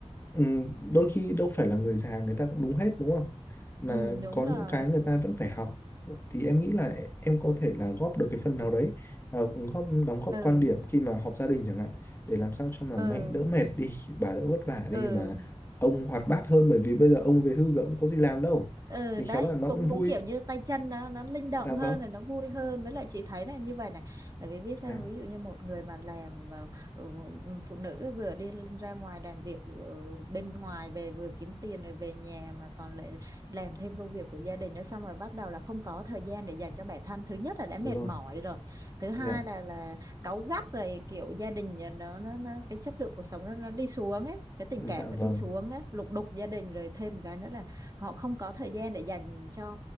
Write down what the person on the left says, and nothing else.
ừm, đôi khi đâu phải là người già người ta cũng đúng hết đúng không mà
có
những cái người ta vẫn phải học thì em nghĩ là em có thể là góp được cái phần nào đấy à, góp đóng góp
quan điểm khi mà họp gia đình chẳng hạn để làm sao cho mà
mẹ đỡ mệt đi bà đỡ vất vả đi
mà ông hoạt bát hơn bởi vì bây giờ ông về hưu rồi ông có gì làm đâu
thì
khéo là nó
cũng vui
dạ
vâng
dạ
đúng rồi
dạ
dạ
vâng